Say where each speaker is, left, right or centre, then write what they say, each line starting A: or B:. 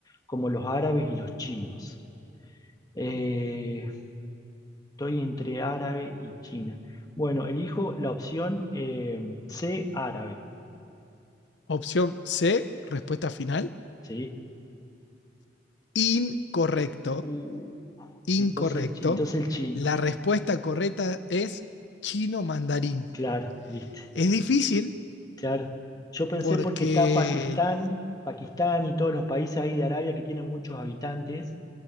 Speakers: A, on the left; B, on the left.
A: como los árabes y los chinos. Eh, estoy entre árabe y China. Bueno, elijo la opción eh, C, árabe,
B: Opción C, respuesta final.
A: ¿sí?
B: Incorrecto,
A: Uh,
B: incorrecto.
A: entonces, entonces el chino.
B: La respuesta correcta es chino mandarín.
A: Claro, viste,
B: Es difícil
A: claro. Yo pensé
B: porque,
A: porque está Pakistán, Pakistán y todos los países ahí de Arabia que tienen muchos habitantes,